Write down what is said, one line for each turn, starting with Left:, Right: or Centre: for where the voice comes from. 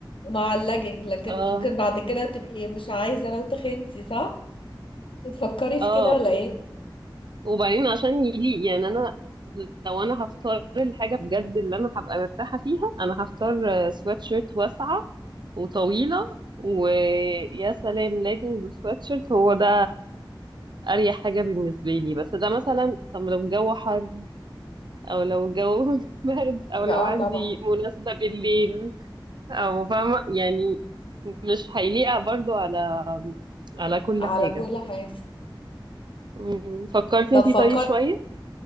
Left: مع اللاجنج لكن
Right: اه
Left: ممكن بعد كده تبقي مش عايزة لو تخنتي صح؟ بتفكري
Right: اه
Left: في كده ولا ايه؟
Right: وبعدين عشان يليق يعني انا لو انا هختار الحاجه بجد اللي انا هبقى مرتاحه فيها انا هختار سوات شيرت واسعه وطويله ويا سلام ليجنز وسوات شيرت هو ده اريح حاجه بالنسبه لي بس ده مثلا طب لو الجو حر او لو الجو <laughs> برد او لو
Left: اه
Right: عندي
Left: طبعا
Right: مناسبه بالليل او فاهمه يعني مش هيليق برضو على على كل
Left: على
Right: حاجه
Left: كل حاجة
Right: مم. فكرتي
Left: طب
Right: انتي
Left: فكرت
Right: طيب شويه